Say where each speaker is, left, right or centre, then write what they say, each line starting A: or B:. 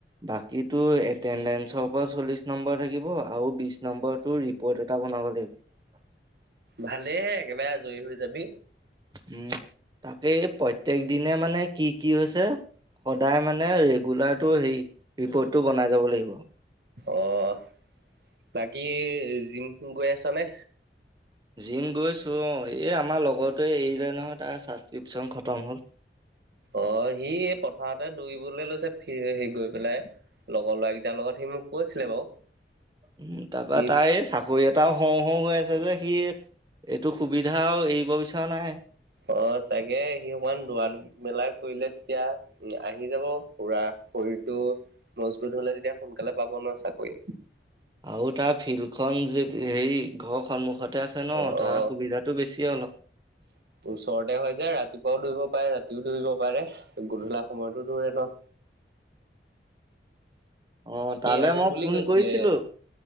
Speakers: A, on the right; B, on the right.
A: বাকি তোৰ এটেনডেঞ্চৰ ওপৰত চলিছ নম্বৰ থাকিব আৰু বিশ নম্বৰটো ৰিপ'ৰ্ট এটা বনাব লাগিব।
B: ভালেইহে একেবাৰে আজৰি হৈ যাবি।
A: উম, তাকেই প্ৰত্যেক দিনে মানে কি কি হৈছে সদায় মানে ৰেগুলাৰ টোৰ হেৰী ৰিপৰ্টটো বনাই যাব লাগিব।
B: অ', বাকী জিম-ছিম গৈ আছ নে?
A: জিম গৈছোঁ অ' এই আমাৰ লগৰটোৱে এৰিলে নহয় তাৰ ছাবস্ক্ৰিপশ্যন খতম হ'ল।
B: অ' সি এই পথাৰতে দৌৰিবলৈ লৈছে ফি হে গৈ পেলাই। লগৰ ল'ৰাকেইটাৰ লগত সি মোক কৈছিলে বাৰু।
A: উম তাৰ
B: সি
A: পা তাৰ এই চা চাকৰি এটাও হওঁ হওঁ হৈ আছে যে সি এইটো সুবিধা আৰু এৰিব বিচৰা নাই।
B: অ', তাকে সি অকমান দ'ৰা মেলা কৰিলে তেতিয়া উম, আহি যাব পুৰা শৰীৰটো মজবুত হ'লে তেতিয়া সোনকালে পাব ন' চাকৰি।
A: আৰু তাৰ ফিল্ড খন যেত হেৰি ঘৰৰ সন্মুখ সন্মুখতে আছে ন'
B: অ'
A: তাৰ
B: অ
A: সুবিধাটো বেছিয়ে অলপ।
B: ওচৰতে হয় যে, ৰাতিপুৱাও দৌৰিব পাৰে ৰাতিও দৌৰিব পাৰে গধূলা সময়তো দৌৰে ন'।
A: অ',
B: সি
A: তালে
B: আহিম
A: মই
B: বুলি
A: ফোন
B: কৈছিলে
A: কৰিছিলো